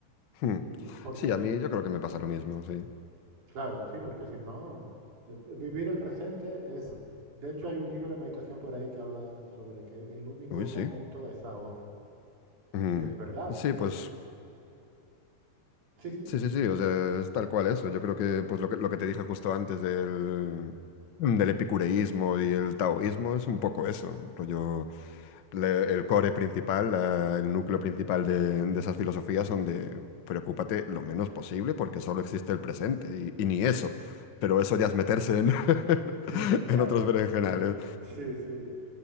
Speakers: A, on the left; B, on the right.
A: Mm.
B: Y porque,
A: Sí, a mí yo creo que me pasa lo mismo, sí.
B: claro, sí, porque si no, eh, vivir el presente es, de hecho hay un libro de meditación por ahí que habla sobre que el único
A: Uy,
B: momento
A: sí.
B: es ahora.
A: Mm.
B: Y es verdad,
A: Sí,
B: porque
A: pues
B: es, sí, sí,
A: Sí, sí, sí, o sea, es tal cual eso. Yo creo que pues lo que, lo que te dije justo antes del, mm, del epicureísmo y el taoísmo es un poco eso, rollo, le- el core principal, la- el núcleo principal de, de esas filosofías son de preocúpate lo menos posible porque solo existe el presente y, y ni eso, pero eso ya es meterse en, <laughs>
B: <laughs>
A: en
B: claro,
A: otros berenjenales.
B: sí, sí.